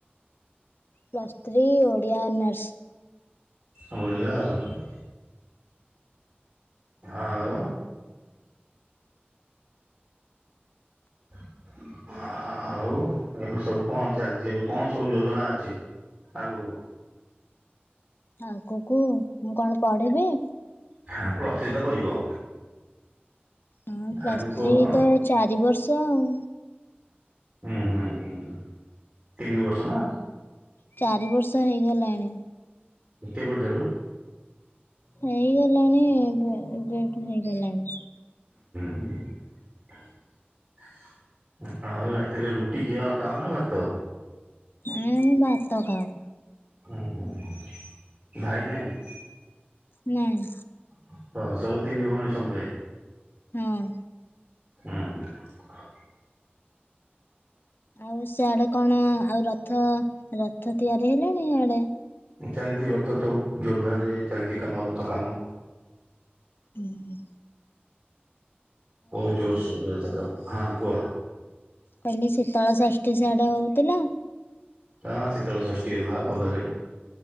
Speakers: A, on the left; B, on the right.
A: Plus three Odia honours.
B: ହ ବଢିଆ ଆଉ ଆଉ <inaudible> ଆଉ ଏବେ ସବୁ କଣ ଚାଲିଛି ଏବେ କଣ ସବୁ ଯୋଜନା ଅଛି? ଆଗ କୁହ।
A: ଆଗକୁ ମୁଁ କଣ ପଢିବି?
B: ହଁ ପ୍ଲସ୍ ଥ୍ରି ତ କରିବ।
A: ଉଁ ପ୍ଲସ୍
B: ଆଗକୁ
A: ଥ୍ରି
B: ହୁଁ
A: ତ ଚାରି ବର୍ଷ ଆଉ।
B: ହୁଁ ହୁଁ ହୁଁ ତିନି ବର୍ଷ ନା।
A: ଚାରି ବର୍ଷ ହେଇଗଲାଣି।
B: କେବେ ଠାରୁ?
A: ହେଇଗଲାଣି ଏବେ ଏବେ ଠୁଁ ହେଇଗଲାଣି।
B: <inaudible> ଆଉ ରାତିରେ ରୁଟି ଖିଆ ଖାଅନା ଭାତ?
A: ନାଇଁ ଆମେ ଭାତ ଖାଉ।
B: ହୁଁ ହୁଁ ହୁଁ ଭାଇ ନାହିଁ?
A: ନାଇଁ।
B: ଅ ସବୁ ତିନି ଭଉଣୀ ସମୁଦାୟ।
A: ହୁଁ।
B: ଉଁ ହୁଁ।
A: ଆଉ ସେଆଡେ କଣ ଆଉ ରଥ ରଥ ତିଆରି ହେଲାଣି ହେଆଡେ?
B: ଚାଲିଚି ରଥ ଚଉତ୍ ଜୋରଦାରରେ ଚାଲିଚି କାମ ରଥ କାମ।
A: ଉଁ ହୁଁ।
B: ବହୁତ ଜୋରସୋରରେ ରଥ କାମ ହଁ ହଁ କୁହ।
A: କାଲି ଶୀତଳ ଷଷ୍ଠୀ ସିଆଡେ ହଉଥିଲା?
B: <unintelligible> ଶୀତଳ ଷଷ୍ଠୀ ହେଲା ଭଲରେ।